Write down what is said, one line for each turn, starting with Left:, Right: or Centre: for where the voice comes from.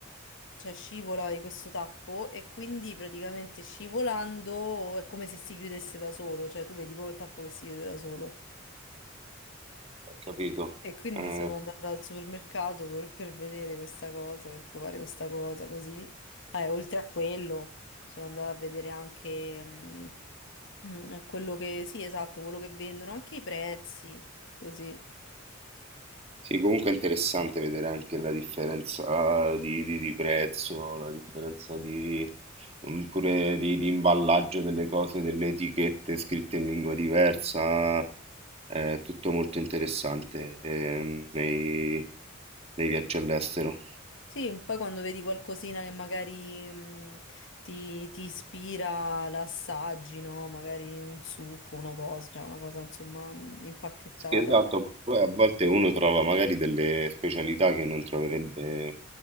Left: cioè scivola di questo tappo e quindi praticamente scivolando è come se si chiudesse da solo, cioè tu vedi proprio il tappo che si chiude da solo.
Right: ho capito.
Left: E quindi
Right: Eh,
Left: sono andata al supermercato per, per vedere questa cosa, per provare questa cosa, così. Ah, e oltre a quello, sono andata a vedere anche mm, <clears throat> mm, quello che, sì, esatto, quello che vendono, anche i prezzi, così.
Right: Sì, comunque è interessante vedere anche la differenza ah, di, di- di prezzo, la differenza di, mm, pure di, di imballaggio delle cose, delle etichette scritte in lingua diversa, è tutto molto interessante eh, nei, nei viaggi all'estero.
Left: Sì, poi quando vedi qualcosina che magari mh, ti, ti ispira, l'assaggi, no? Magari un succo, una cosa, cioè una cosa insomma mh, impacchettata.
Right: Sì, esatto, poi a volte uno trova magari delle specialità che non troverebbe